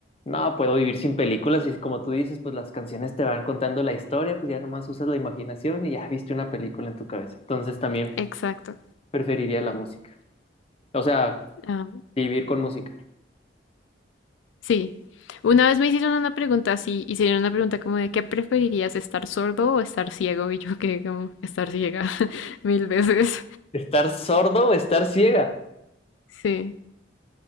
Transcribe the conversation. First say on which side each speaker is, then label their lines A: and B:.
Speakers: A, on the left; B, on the left.
A: No, puedo vivir sin películas y como tú dices, pues las canciones te van contando la historia, pues ya nomás usas la imaginación y ya viste una película en tu cabeza. Entonces también
B: Exacto.
A: preferiría la música. O sea,
B: Ah.
A: vivir con música.
B: Sí. Una vez me hicieron una pregunta así, hicieron una pregunta como de ¿qué preferirías, estar sordo o estar ciego? Y yo que como estar ciega <laughs> mil veces.
A: ¿Estar sordo o estar ciega?
B: Sí,